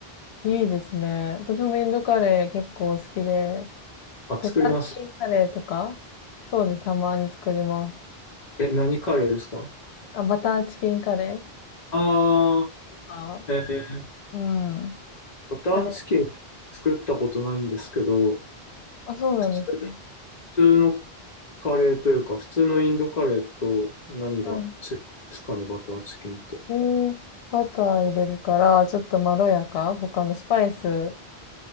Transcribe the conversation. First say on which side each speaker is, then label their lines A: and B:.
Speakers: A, on the left (about 85°); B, on the left (about 45°).
A: いいですね。私もインドカレー結構好きで、
B: あ、
A: バターチキンカレーとか、
B: 作ります。
A: そうです。たまに作ります。
B: え、何カレーですか
A: あ、バターチキンカレー
B: ああ
A: とか、
B: ー、えー
A: うん。
B: バターチキン作ったことないんですけど、
A: カレー好き。あ、そうなんですか。
B: 普通、普通のカレーというか、普通のインドカレーと何が違うんですかね、
A: うん。
B: バターチキンって。
A: えー、バター入れるから、ちょっとまろやか、他のスパイス